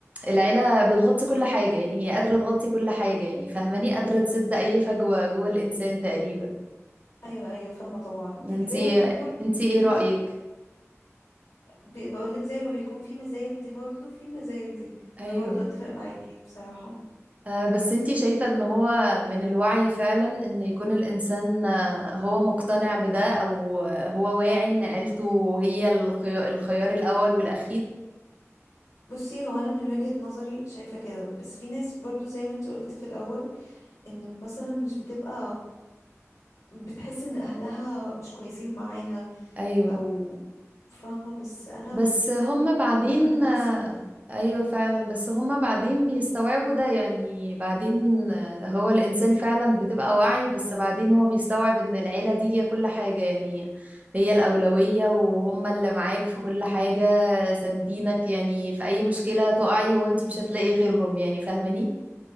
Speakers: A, on the right; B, on the left.
A: العيلة بتغطي كل حاجة يعني هي قادرة تغطي كل حاجة يعني فاهماني قادرة تسد أي فجوة جوه الإنسان تقريبا
B: ايوه ايوه فاهمة طبعا يعني
A: انتي
B: زي ما بيكون برضو
A: انتي
B: في مزايا
A: ايه رأيك؟
B: بي- بقولك زي ما بيكون في مزايل دي برضو في مزايل دي فانا
A: ايوه
B: برضو اتفق معاكي بصراحة
A: آه، بس انتي شايفة ان هو من الوعي فعلا ان يكون الانسان آه، هو مقتنع بده او هو واعي ان عيلته هي الخيار, الخيار الاول والاخير
B: بصي هو انا من وجهة نظري شايفة كده بس في ناس برضو زي ما انت قلت في الاول ان مثلا مش بتبقى بتحس ان اهلها مش كويسين معاها
A: ايوه
B: او فاهمة بس انا
A: بس هم بعدين
B: انا بحس
A: آه،
B: ان
A: ايوه فعلا بس هم بعدين بيستوعبوا ده يعني بعدين آه، هو الانسان فعلا بتبقى واعي بس بعدين هو بيستوعب ان العيلة دي هي كل حاجة يعني هي الأولوية وهم اللي معاك في كل حاجة سندينك يعني في أي مشكلة تقعي هو انتي مش هتلاقي غيرهم يعني فاهماني